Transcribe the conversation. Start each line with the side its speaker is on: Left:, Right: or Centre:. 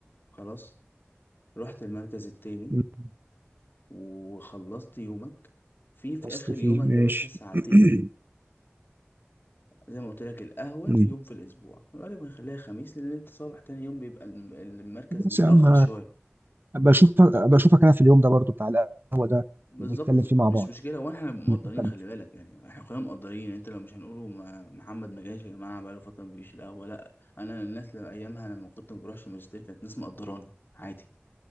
Left: خلاص رحت المركز التاني
Right: مم.
Left: وخلصت يومك في في
Right: اصل
Left: اخر
Right: فيه
Left: يومك
Right: ماشي
Left: يا باشا ساعتين
Right: <coughs> <clears throat>
Left: زي ما قلت لك القهوة
Right: مم.
Left: يوم في الأسبوع غالبا هنخليها خميس لأن أنت صباح تاني يوم بيبقى الم- المركز
Right: بس
Left: متأخر
Right: يا عم
Left: شويه
Right: ابقى اشوفك ابقى اشوفك انا في اليوم ده برضو بتاع القهوه ده
Left: بالظبط
Right: نتكلم فيه مع بعض
Left: مش مشكلة وإحنا مقدرين
Right: كمل كمل
Left: خلي بالك يعني إحنا كلنا مقدرين يعني. أنت لو مش هنقوله ما محمد ما جاش يا جماعة بقاله فترة ما بيجيش القهوة لأ أنا الناس لما أيامها لما كنت ما بروحش الماجستير كانت ناس مقدراني عادي